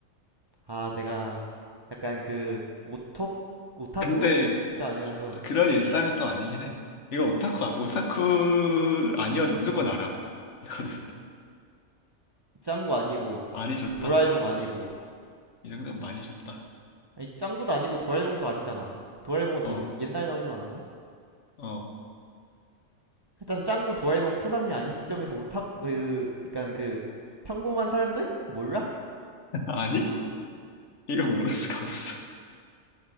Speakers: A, on the right; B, on the left.
A: 아, 내가 약간 그 오톡 오타쿠가
B: 근데,
A: 아니라서
B: 어, 그런 일상은 또 아니긴 해. 이거 오타쿠, 아- 오타쿠 아니어도 무조건 알아. 이거는.
A: 짱구 아니고
B: 많이 줬다.
A: 도라에몽 아니고
B: 어, 이 정도면 많이 줬다.
A: 아니 짱구도 아니고 도라에몽도 아니잖아. 도라에몽은 더
B: 어,
A: 늦- 옛날에 나오지 않았나?
B: 어.
A: 일단 짱구 도라에몽 코난이 아닌 시점에서 오타쿠 그 그러니까 그 평범한 사람들 몰라.
B: <laughs> 아니?
A: 어.
B: 이거 모를 수가 없어.